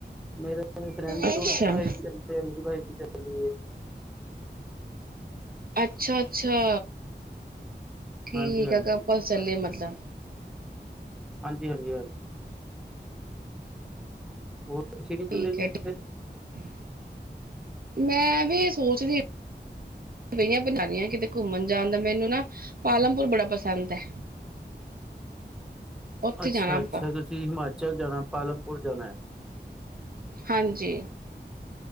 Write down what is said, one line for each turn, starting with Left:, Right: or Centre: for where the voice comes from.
Centre: ਮੇਰੇ ਫਰੈਂਡ ਤੇ
Right: ਅੱਛਾ।
Centre: ਉਹਨਾ ਦੀ ਵਾਈਫ ਤੇ ਮੇਰੀ ਵਾਈਫ ਵੀ ਚੱਲਦੀ ਹੈ।
Right: ਅੱਛਾ, ਅੱਛਾ। ਠੀਕ
Centre: ਹਾਂਜੀ ਹਾਂਜੀ
Right: ਆ, ਕਪਲਸ ਚੱਲੇ ਮਤਲਬ।
Centre: ਹਾਂਜੀ, ਹਾਂਜੀ, ਹਾਂਜੀ। ਹੋਰ। ਤੁਸੀਂ ਨੀ ਚੱਲੇ
Right: ਠੀਕ
Centre: ਜੀ
Right: ਹੈ
Centre: ਕਿਤੇ
Right: ਠੀਕ ਮੈਂ ਵੀ ਸੋਚਦੀ ਪਈਆਂ ਬਣਾਉਦੀ ਆ ਕਿਤੇ ਘੁੰਮਣ ਜਾਣ ਦਾ ਮੈਨੂੰ ਨਾ ਪਾਲਮਪੁਰ ਬੜਾ ਪਸੰਦ ਹੈ। ਉੱਥੇ
Centre: ਅੱਛਾ,
Right: ਜਾਣਾ ਆਪਾਂ
Centre: ਅੱਛਾ ਤੁਸੀਂ ਹਿਮਾਚਲ ਜਾਣਾ ਪਾਲਮਪੁਰ ਜਾਣਾ ਹੈ।
Right: ਹਾਂਜੀ।